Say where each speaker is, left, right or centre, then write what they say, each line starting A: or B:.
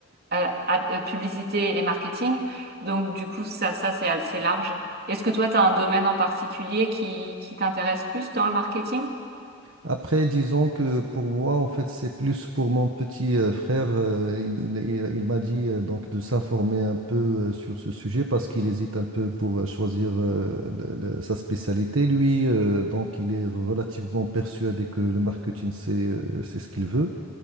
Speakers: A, on the right (about 50°); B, on the right (about 75°).
A: euh, ad- euh, publicité et marketing. Donc, du coup, ça, ça c'est assez large. Est-ce que toi, tu as un domaine en particulier qui, qui t'intéresse plus dans le marketing?
B: Après, disons que pour moi, en fait, c'est plus pour mon petit euh, frère. euh, il il- il- il m'a dit euh, donc de s'informer un peu euh, sur ce sujet parce qu'il hésite un peu pour euh, choisir euh, le- le- sa spécialité. Lui, euh, donc, il est relativement persuadé que le marketing, c'est euh, c'est ce qu'il veut.